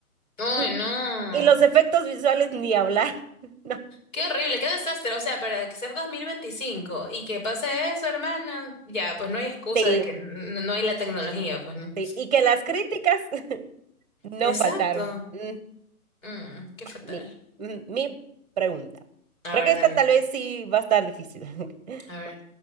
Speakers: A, on the left; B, on the right.
A: Ay,
B: Y,
A: no.
B: y los efectos visuales ni hablar. <laughs> No.
A: Qué horrible, qué desastre. O sea, para ser 2025 y que pase eso, hermana, ya, pues no hay excusa
B: Sí,
A: de que n- no hay la tecnología, pues no.
B: sí. Y que las críticas No
A: Exacto.
B: faltaron. Mm,
A: Mm, qué fatal.
B: va, mi, mm, mi pregunta.
A: A
B: Creo
A: ver,
B: que esta
A: dale.
B: tal vez sí va a estar difícil. <laughs>
A: A ver.
B: Va.